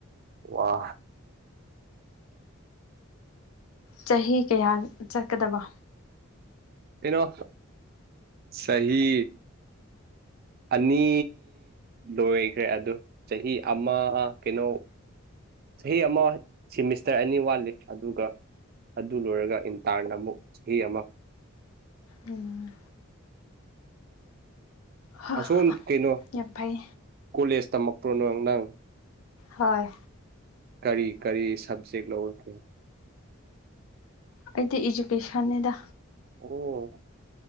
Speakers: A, on the right (about 45°); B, on the left (about 85°).
A: ꯋꯥ
B: ꯆꯍꯤ ꯀꯌꯥ ꯆꯠꯀꯗꯕ
A: ꯀꯩꯅꯣ ꯁꯍꯤ ꯑꯅꯤ ꯂꯣꯏꯈ꯭ꯔꯦ ꯑꯗꯨ ꯆꯍꯤ ꯑꯃ ꯀꯩꯅꯣ ꯆꯍꯤ ꯑꯃ ꯁꯤꯃꯤꯁꯇꯔ ꯑꯅꯤ ꯋꯥꯠꯂꯤ ꯑꯗꯨꯒ ꯑꯗꯨ ꯂꯣꯏꯔꯒ ꯏꯟꯇꯥꯔꯟ ꯑꯃꯨꯛ ꯆꯍꯤ ꯑꯃ
B: ꯎꯝ ꯍꯥ
A: ꯑꯁꯣꯝ ꯀꯩꯅꯣ
B: ꯌꯥꯝ ꯐꯩ
A: ꯀꯣꯂꯦꯖ ꯇꯝꯃꯛꯄ꯭ꯔꯣꯅꯣ ꯅꯪ
B: ꯍꯣꯏ
A: ꯀꯔꯤ ꯀꯔꯤ ꯁꯕꯖꯦꯛ ꯂꯧꯔꯛꯀꯦ
B: ꯑꯩꯗꯤ ꯑꯦꯖꯨꯀꯦꯁꯟ ꯑꯦꯗ
A: ꯑꯣ